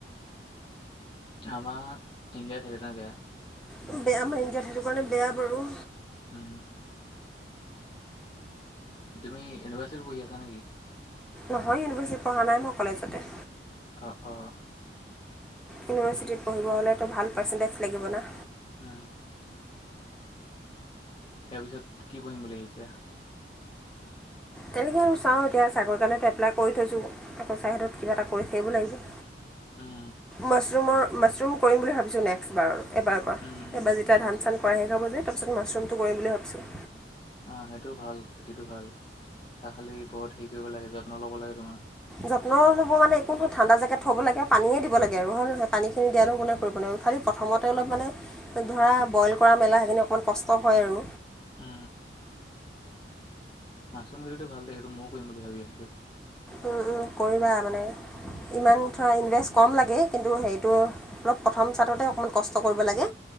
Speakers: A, on the left; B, in the centre.
A: আমাৰ ইণ্ডিয়াত হেই <unintelligible> বেয়া।
B: উম, বেয়া আমাৰ ইণ্ডিয়াত সেইটো কাৰণে বেয়া বাৰু।
A: উম। তুমি ইউনিভাৰ্চিট পঢ়ি আছা নেকি?
B: নহয় ইউনিভাৰ্চিটি পঢ়া নাই মই কলেজতে।
A: অঁ অঁ।
B: ইউনিভাৰ্চিটিত পঢ়িব হ'লেতো ভাল পাৰ্চেণ্টেজ লাগিবনা?
A: আ। ইয়াৰ পিছত কি পঢ়িম বুলি আহিছা?
B: তেনেকৈ আৰু চাওঁ এতিয়া ছাগৰ কাৰণেতো এপ্লাই কৰি থৈছোঁ, এক ছাইডত কিবা এটা কৰি সেইবোৰ লাগিছে।
A: উম।
B: মাছৰুমৰ মাছৰুম কৰিম বুলি ভাবিছো নেক্সট বাৰৰ, এবাৰবাৰ
A: উম,
B: যেতিয়া
A: মাছ
B: ধান - চান কৰাহি খাব যে তাৰপিছত মাছৰুমটো কৰিম বুলি ভাবিছোঁ।
A: অ সেইটো ভাল খেতিটো ভাল, তা খালি বহুত হেৰি কৰিব লাগে যত্ন ল'ব লাগে তোমাৰ।
B: যত্ন ল'ব মানে একো নহয় ঠাণ্ডা জেগাত থব' লাগে, পানী দিব লাগে আৰু হয় নহয়? পানীখিনি দিয়ানো কোনে কৰিব ন। খালি প্ৰথমতে অলপ মানে ধৰা বইল কৰা মেলা সেইখিনি অকণমান কষ্ট হয় আৰু।
A: আ। মাছৰুম খেতিটো ভাল দে সেইটো মইও কৰিম বুলি ভাবি আছিলো।
B: উম উম, কৰিবা মানে ইমান ধৰা ইনভেষ্ট কম লাগেই কিন্তু সেইটোও অলপ প্ৰথম চাৰাটতে অকণমান কষ্ট কৰিব লাগে।